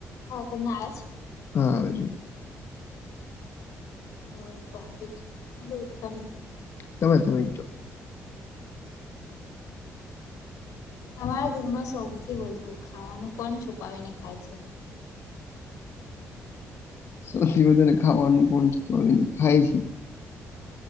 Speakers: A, on the left; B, on the left.
A: હા, તમને આજ
B: હા, આવે જ.
A: હ, પોપ એ બ તમે
B: તમે? તમે?
A: તમારા ઘરમાં સૌથી વધુ ખાવાનું કોણ છુપાવીને ખાય.
B: સૌથી વધારે ખાવાનું કોણ છુંપાવી ને ખાય.